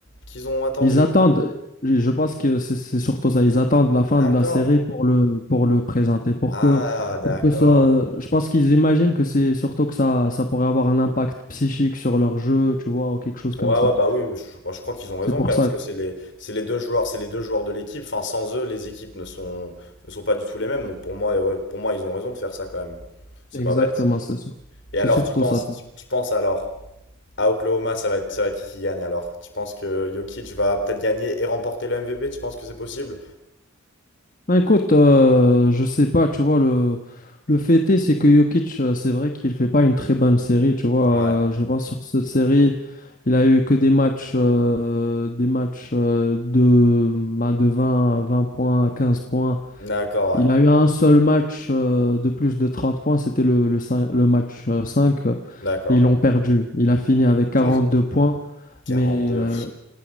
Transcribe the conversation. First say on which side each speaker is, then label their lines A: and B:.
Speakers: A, on the left (about 60°); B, on the left (about 40°).
A: qu'ils ont attendu?
B: Ils attendent, je je pense que c'est c'est surtout ça, ils attendent la fin
A: D'accord.
B: de la série pour le, pour le présenter, pour
A: Ah,
B: que,
A: d'accord.
B: pour que ça, je pense qu'ils imaginent que c'est surtout que ça, ça pourrait avoir un impact psychique sur leur jeu, tu vois, ou quelque chose
A: Ouais,
B: comme ça.
A: ouais, bah oui, je, crois je crois qu'ils ont raison
B: C'est pour
A: quand même,
B: ça,
A: parce que c'est les, c'est les deux joueurs, c'est les deux joueurs de l'équipe. Enfin, sans eux, les équipes ne sont, ne sont pas du tout les mêmes. Donc pour moi, ouais, pour moi, ils ont raison de faire ça quand même. C'est
B: exactement,
A: pas bête.
B: c'est sur-
A: Et
B: c'est
A: alors,
B: surtout
A: tu penses,
B: ça.
A: tu, tu penses alors, à Oklahoma, ça va être, ça va être qui qui gagne alors? Tu penses que Jokic va peut-être gagner et remporter le MVP? Tu penses que c'est possible?
B: Ben écoute, euh, je sais pas, tu vois, le, le fait est, c'est que Jokic, euh, c'est vrai qu'il fait pas une très bonne série, tu vois.
A: Ouais.
B: euh, je pense sur cette série, il a eu que des matchs, euh, des matchs euh, de, ben, de 20, 20 points, 15 points.
A: D'accord,
B: Il
A: ouais.
B: a eu un seul match euh, de plus de 30 points, c'était le, le, cin- le match euh, 5, euh,
A: D'accord.
B: et ils l'ont perdu. Il a fini avec 42
A: <laughs>
B: points,
A: 42.
B: mais, euh,